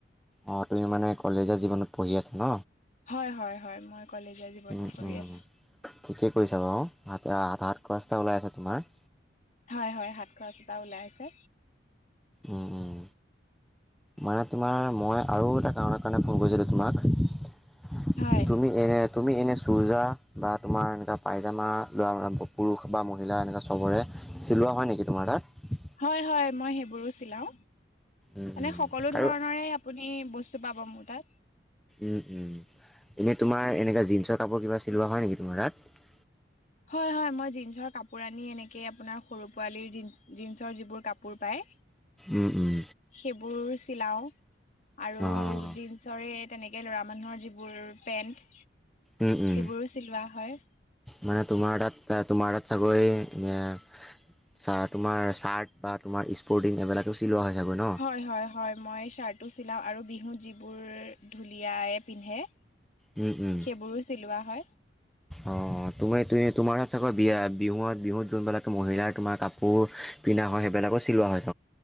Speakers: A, in the centre; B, on the left.
A: অ', তুমি মানে কলেজীয়া জীৱনত পঢ়ি আছা ন?
B: হয়, হয়, হয়, মই কলেজীয়া জীৱনো
A: উম
B: কৰি
A: উম
B: আছোঁ।
A: ঠিকেই কৰিছা বাৰু হাতে-হাত খৰচ এটা ওলাই আছে তোমাৰ।
B: হয়, হয়, হাত খৰচ এটা ওলাই আছে।
A: উম, উম, মানে তোমাৰ মই আৰু এটা কাৰণৰ কাৰণে ফোন কৰিছিলোঁ তোমাক।
B: হয়
A: তুমি এনে তুমি এনে চোৰজা বা তোমাৰ এ, পাইজামা লোৱা পুৰুষ বা মহিলা এনেকুৱা চবৰে চিলোৱা হয় নেকি তোমাৰ তাত?
B: হয় হয় মই সেইবোৰো চিলাও মানে
A: উম উম
B: সকলো
A: আৰু
B: ধৰণৰে আপুনি বস্তু পাব মোৰ তাত।
A: উম, উম, এনেই তোমাৰ এনেকা জিন্সৰ কাপোৰ কিবা চিলোৱা হয় নেকি তোমাৰ তাত?
B: হয়, হয় মই জিন্সৰ কাপোৰ আনি এনেকে আপোনাৰ সৰু পোৱালীৰ জিন-জিন্সৰ যিবোৰ কাপোৰ পায়
A: উম উম
B: সেইবোৰ চিলাও আৰু
A: অ'
B: জিন্সৰে তেনেকে ল'ৰা মানুহৰ যিবোৰ পেন্ট
A: উম উম
B: সেইবোৰো চিলোৱা হয়।
A: মানে তোমাৰ তাত তোমাৰ তাত ছাগৈ এ তোমাৰ চা তোমাৰ চাৰ্ট বা তোমাৰ স্পৰ্টিং এইবিলাকো চিলোৱা চাগৈ ন?
B: হয়, হয়, হয়, মই শ্বাৰ্টো চিলাও আৰু বিহুত যি বোৰ ঢুলীয়াই পিন্ধে।
A: উম, উম,
B: সেইবোৰো চিলোৱা হয়।
A: অ', তুমি তোৱে তোমাৰ তাবা বিয়া বিহু-বিহুত যোনবিলাক মহিলাৰ তোমাৰ কাপোৰ পিন্ধা হয় সেইবিলাকো চিলোৱা হৈছ